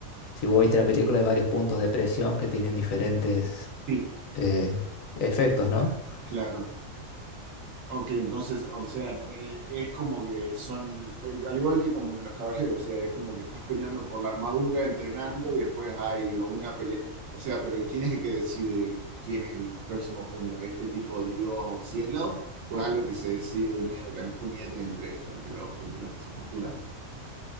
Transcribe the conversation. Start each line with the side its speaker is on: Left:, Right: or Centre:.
Left: si vos viste la película, hay varios puntos de presión que tienen diferentes
Right: Sí.
Left: eh, efectos, ¿no?
Right: claro. Ok, entonces, o sea, eh, es como que son, al igual que como en los caballeros, o sea, es como que estás peleando por la armadura, entrenando y después hay una pelea. O sea, pero ¿y quién es el que decide quién es el próximo puño? ¿Este tipo Dios o cielo? ¿O es algo que se decide medio que a los puñetes entre ellos, entre los, entre los que se postulan?